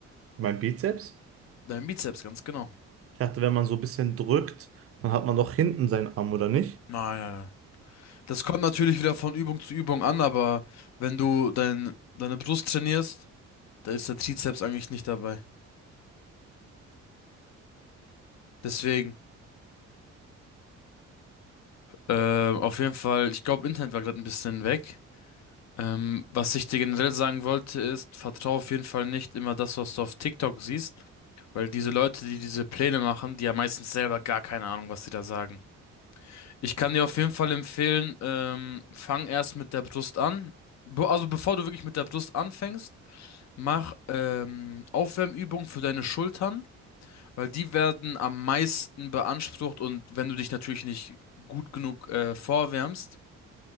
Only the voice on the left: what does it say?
Dein Bizeps, ganz genau.
Nein, nein, nein. Das kommt natürlich wieder von Übung zu Übung an, aber wenn du dein, deine Brust trainierst, da ist der Trizeps eigentlich nicht dabei. Deswegen, äh, auf jeden Fall, ich glaube, Internet war gerade ein bisschen weg. Ähm, was ich dir generell sagen wollte, ist, vertraue auf jeden Fall nicht immer das, was du auf TikTok siehst, weil diese Leute, die diese Pläne machen, die haben meistens selber gar keine Ahnung, was sie da sagen. Ich kann dir auf jeden Fall empfehlen, ähm, fang erst mit der Brust an. Be also bevor du wirklich mit der Brust anfängst, mach ähm, Aufwärmübungen für deine Schultern, weil die werden am meisten beansprucht und wenn du dich natürlich nicht gut genug äh, vorwärmst,